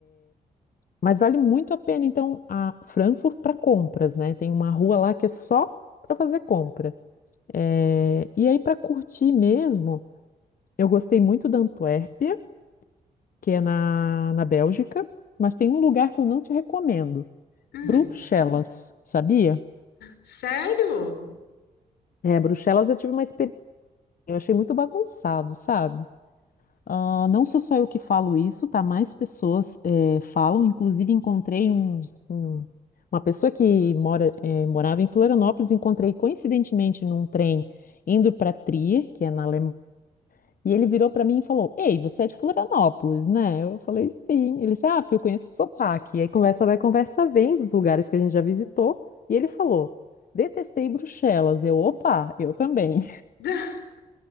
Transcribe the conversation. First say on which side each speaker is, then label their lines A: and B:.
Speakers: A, on the left; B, on the left.
A: Mas vale muito a pena, então, a Frankfurt para compras, né? Tem uma rua lá que é só para fazer compra. Eh, E aí, para curtir mesmo, eu gostei muito da Antuérpia, que é na, na Bélgica, mas tem um lugar que eu não te recomendo,
B: Hum,
A: Bruxelas, sabia?
B: sério?
A: É, Bruxelas eu tive uma experiência, eu achei muito bagunçado, sabe? Ah, não sou só eu que falo isso, tá? Mais pessoas eh, falam. Inclusive, encontrei um, um- uma pessoa que mora, eh, morava em Florianópolis, encontrei coincidentemente num trem indo para Trier, que é na Alemanha, e ele virou para mim e falou: Ei, você é de Florianópolis, né? Eu falei: Sim. Ele disse: Ah, porque eu conheço o sotaque. E aí conversa vai, conversa vem dos lugares que a gente já visitou. E ele falou: Detestei Bruxelas. Eu, opa, eu também.
B: <laughs>